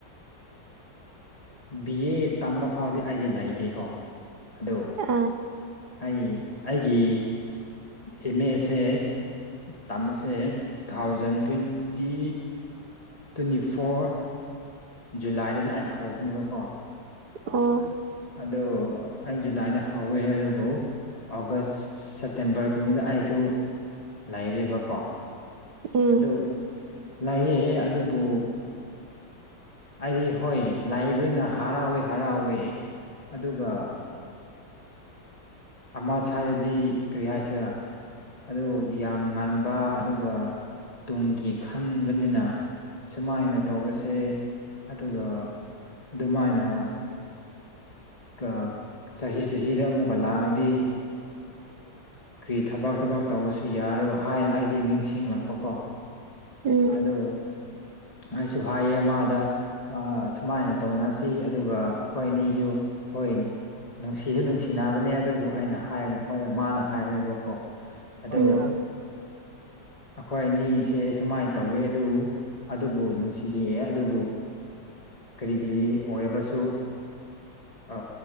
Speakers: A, on the right (about 65°); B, on the left (about 20°).
A: <inaudible>
B: ꯕꯤ ꯑꯦ ꯇꯝꯕ ꯐꯥꯎꯗꯤ ꯑꯩꯗꯤ ꯂꯩꯇꯦꯀꯣ ꯑꯗꯨ
A: ꯑꯥ
B: ꯑꯩ ꯑꯩꯒꯤ ꯑꯦꯝ ꯑꯦꯁꯦ ꯇꯝꯕꯁꯦ two thousand twenty twenty four ꯖꯨꯂꯥꯏꯗꯅ ꯑꯩ ꯍꯧꯕꯅꯦꯕꯀꯣ
A: ꯑꯣ
B: ꯑꯗꯨ ꯑꯩ ꯖꯨꯂꯥꯏꯗ ꯍꯧꯋꯦ ꯑꯗꯨꯕꯨ ꯑꯣꯒꯁ ꯁꯦꯞꯇꯦꯝꯕꯔꯒꯨꯝꯕꯗ ꯑꯩꯁꯨ ꯂꯩꯔꯦꯕꯀꯣ
A: ꯎꯝ
B: ꯑꯗꯨ ꯂꯩꯑꯦ ꯑꯗꯨꯕꯨ ꯑꯩꯗꯤ ꯍꯣꯏ ꯂꯥꯏꯕ꯭ꯔꯤꯅ ꯍꯔꯥꯎꯋꯦ ꯍꯔꯥꯎꯋꯦ ꯑꯗꯨꯒ ꯑꯃ ꯁꯥꯏꯔꯗꯤ ꯀꯔꯤ ꯍꯥꯏꯁꯤꯔ ꯑꯗꯨ ꯌꯥꯝ ꯉꯟꯕ ꯑꯗꯨꯒ ꯇꯨꯡꯒꯤ ꯈꯟꯕꯅꯤꯅ ꯁꯨꯃꯥꯏꯅ ꯇꯧꯕꯁꯦ ꯑꯗꯨꯒ ꯑꯗꯨꯃꯥꯏꯅ ꯀꯆꯍꯤ ꯆꯍꯤꯗ ꯑꯃꯨꯛꯀ ꯂꯥꯛꯑꯗꯤ
A: <unintelligible>
B: ꯀꯔꯤ ꯊꯕꯛ ꯊꯕꯛ ꯇꯧꯕꯁꯨ ꯌꯥꯔꯣꯏ ꯍꯥꯏꯅ ꯑꯩꯗꯤ ꯅꯤꯡꯁꯤꯡꯂꯛꯄ ꯀꯣ
A: ꯎꯝ
B: ꯑꯗꯨ ꯑꯩꯁꯨ ꯍꯥꯏꯌꯦ ꯃꯥꯗ ꯑꯥꯥ ꯁꯨꯃꯥꯏꯅ ꯇꯧꯅꯁꯤ ꯑꯗꯨꯒ ꯑꯩꯈꯣꯏ ꯅꯤꯁꯨ ꯍꯣꯏ ꯅꯨꯡꯁꯤꯖꯨ ꯅꯨꯡꯁꯤꯅꯕꯅꯦ ꯑꯗꯨꯕꯨ ꯑꯩꯅ ꯍꯥꯏ ꯃꯈꯣꯏꯅ ꯃꯥꯅ ꯍꯥꯏꯕꯅꯦꯕꯀꯣ ꯑꯗꯨ
A: ꯎꯝ
B: ꯑꯩꯈꯣꯏ ꯑꯅꯤꯁꯦ ꯁꯨꯃꯥꯏꯅ ꯇꯧꯋꯤ ꯑꯗꯨ ꯑꯗꯨꯕꯨ ꯅꯨꯡꯁꯤꯌꯦ ꯑꯗꯨꯕꯨ ꯀꯔꯤ ꯀꯔꯤ ꯑꯣꯏꯔꯕꯁꯨ ꯑ